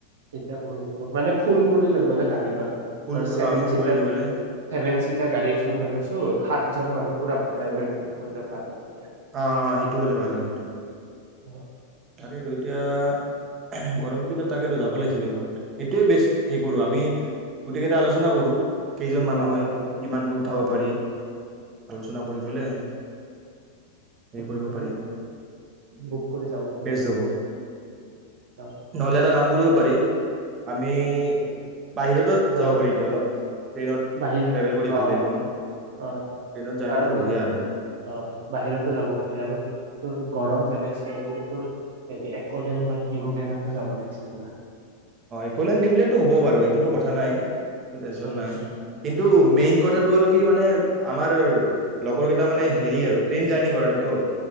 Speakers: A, on the right (about 60°); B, on the right (about 30°).
A: তেতিয়া কমি যাব মানে ফুল কৰি লৈ গলো়ীখন ধ
B: ফুল
A: চছেভেন
B: ক- আ, ফুল
A: চিটাৰ
B: কৰি লৈ
A: চছেভেন
B: গ'লে
A: চিটাৰ গাড়ী এখন লৈ গৈছো সাতজন মানুহ পুৰা মাই চব কৰিলে খাইতিয়া
B: আহ অ সেইটো হ'লে ভাল হয় কিন্তু
A: অ
B: তাকেইতো এতিয়া গৰম দিনত তাকেতো যাব লাগিছিল ক'ৰবাত এইটোৱে বেছ হ কৰো আমি গোটেইকেইটা আলোচনা কৰো কেইজন মানুহে
A: অ' কৰি
B: কিমানকৈ উঠাব
A: অ কৰি
B: পাৰি আলোচনা কৰি পেলাই হেৰি
A: সেইকাৰে
B: কৰিব পাৰি
A: বুক কৰি যাব পাৰে
B: ন এ
A: অ
B: কৰিব বৰে আমি
A: অ
B: বাহিৰতো
A: নহ'লে
B: যাব পাৰি এতিয়া অলপ ট্ৰেইনত
A: বাহিৰত
B: ট্ৰেভেল কৰি ভাল
A: অ
B: লাগিব
A: অ
B: ন
A: অ
B: ট্ৰেইনত জাৰ্ণিটো
A: আৰু নহ
B: বঢ়িয়া আৰু
A: অ বাহিৰতো যাব পাৰি আৰু তোৰ গৰম বেলেদিনটো এক লেন বা ড্ৰিম লেনতো যাব লাগিছিলা
B: অ এক দিমো হ'ব বাৰু এইটোতো কথা নাই এইটো টেনন
A: ওচৰতে
B: নাই কিন্তু মেইন কথাটো হ'ল কি মানে আমাৰ লগৰ কেইটা মানে হেৰি আৰু ট্ৰেইন জাৰ্ণিৰ কৰা নেতো